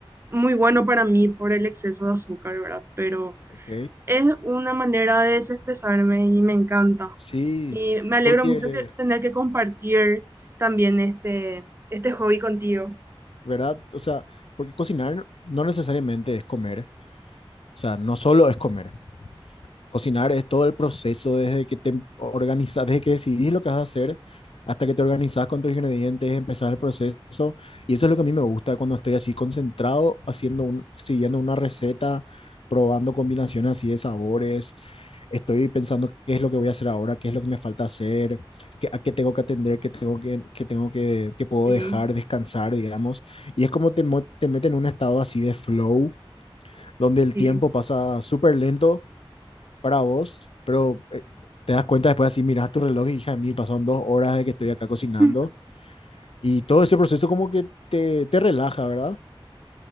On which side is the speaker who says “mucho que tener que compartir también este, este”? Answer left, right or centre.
Right